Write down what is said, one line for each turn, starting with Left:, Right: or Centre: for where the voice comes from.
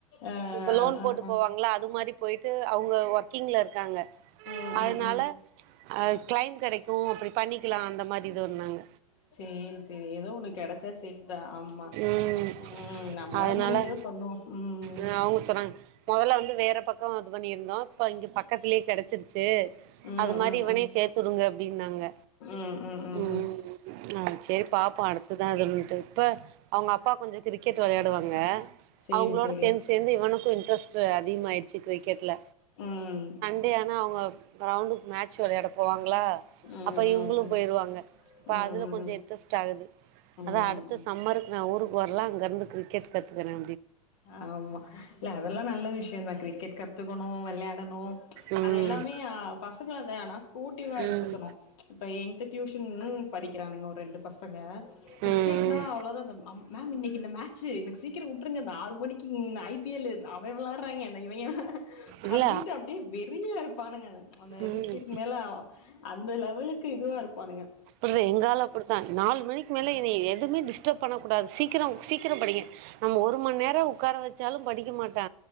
Left: ஆ
Right: இப்ப லோன்
Left: ஆ
Right: போட்டு
Left: ஆ
Right: போவாங்களா அது மாதிரி போயிட்டு அவங்க ஒருத்த டீம்லஇருக்காங்க
Left: ம்
Right: அதனால
Left: ம் ம்
Right: அ கிளைம் கெடைக்கும் அப்படி பண்ணி கலாம் அந்த மாதிரி இதுந்தாங்க
Left: செரி செரி ஏதோ ஒண்ணு கெடைச்சா சரி தான் ஆமா
Right: ம்
Left: உம் நம்மளால
Right: அதனால
Left: முடிஞ்சத பண்ணுவோம் உம்
Right: ஆ அவங்க சொன்னாங்க மொதல்ல வந்து வேற பக்கம் அது பண்ணிருந்தோம் இப்ப இங்க பக்கத்திலேயே கெடைத்து வெச்சிருச்சு
Left: ம்
Right: அது மாதிரி
Left: ம்
Right: இவனே
Left: ம் ம்
Right: சேர்த்துடுங்க அப்படின்னாங்க
Left: ம் ம்
Right: உம்
Left: ம்
Right: ம் செரி பாப்போம் அடுத்துதான் அதுட்டு இப்ப அவங்க அப்பா கொஞ்சம் கிரிக்கெட் வெளையாடுவாங்க ங்க
Left: சேரி
Right: அவங்களோட
Left: சேரி
Right: சேர்ந்து சேர்ந்து இவனுக்கும் இன்டரெஸ்ட் அதிகமாகாயிடுச்சி கிரிக்கெட்ல
Left: ம்
Right: சன்டே ஆனா அவங்க கிரவுண்ட்க்கு மேட்ச் வெளையாட போவாங்களா
Left: ம் ம்
Right: அப்ப இவங்களும்
Left: ம்
Right: போய்றுவாங்க இப்ப
Left: ம்
Right: அதுல கொஞ்சம் இன்ட்ரெஸ்ட் ஆகுது
Left: ம்
Right: அதான்
Left: ம்
Right: அடுத்த
Left: ம்
Right: சம்மருக்கு நான் ஊருக்கு வரலாம் அங்க வந்து கிரிக்கெட் கத்துக்கறேன்
Left: ஆமா இல்ல அதெல்லாம் நல்ல விஷயந்தான் கிரிக்கெட் கத்து கத்துக்கணும் விளையாடணும்
Right: ம்
Left: அது எல்லாமே பசங்கனா ஸ்போர்டிவா
Right: ம்
Left: எடுத்துக்கணும்
Right: ம்
Left: இப்ப என்கிட்ட டியூஷன் படிக்கறானுங்க ஒரு ரெண்டு பசங்க கிரிக்கெட்னா
Right: ம்
Left: அவ்ளோதான் மேம் இன்னைக்கு இந்த மட்ச்சு எனக்கு சீக்கிரம் உ <unintelligible> இருங்க ஆறு மணிக்கு நைட் ஐ பி லு அவன் விளாட்றாய்ங்க இவிங்க
Right: இல்ல
Left: அப்டின்ட்டு அப்டியே வெறியா இருக் இருப்பானுங்க அந்த
Right: ம்
Left: கிரிக்கெட் மேல அ அந்த லெவலுக்கு இதுவா இருக் பானுங்க
Right: அப்டி எங்காளு அப்டித்தான் நாலு மணிக்கு மேல என்ன எதுவுே டிஸ் டிஸ்டப் பண்ணக்கூடாது சீக்கரம் சீக்கரம் படிங்க நம்ம ஒரு மண் நேரம் உட்கார வச் ச்சாலும் படிக்க மாட் டா